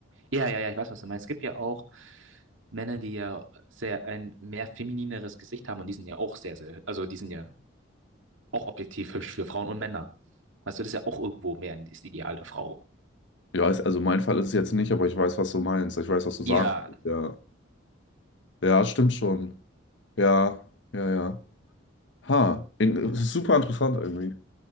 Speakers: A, on the right (about 80°); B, on the left (about 65°).
A: Ja, ja, ja, ich weiß, was du meinst. Es gibt ja auch Männer, die ja sehr ein mehr feminineres Gesicht haben und die sind ja auch sehr, sehr, also die sind ja auch objektiv hübsch für Frauen und Männer. Weißt du, das ist ja auch irgendwo mehr das Ideal der Frau.
B: Ja, ist, also mein Fall ist es jetzt nicht, aber ich weiß, was du meinst. Ich weiß, was du
A: Ja,
B: sagen willst. Ja, ja, stimmt schon. Ja, ja, ja. Ha, in, super interessant irgendwie.